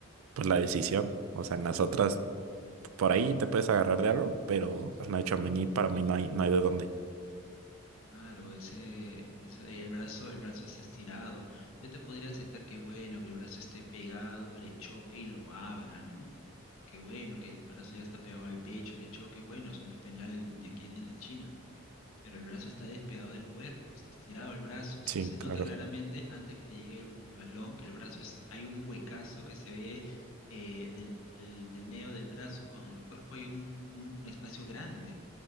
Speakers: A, on the right; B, on the left.
A: pues, la decisión. O sea, en las otras por ahí te puedes agarrar de algo, pero pues, no hecho mí, para mí no hay, no hay de dónde.
B: Claro, ese, ese, el brazo, el brazo está estirado. Yo te podría aceptar que bueno, que el brazo esté pegado, le choque y lo abra, ¿no? O que bueno, que el brazo ya está pegado al pecho, le choque, bueno, eso no es penal ni aquí ni en la China pero el brazo está despegado del cuerpo, está estirado el brazo, o sea,
A: Sí,
B: se
A: claro,
B: nota claramente antes que le llegue el, el balón que el brazo es, hay un huecazo que se ve eh, del, el- del medio del brazo, con el cuerpo hay un, un espacio grande,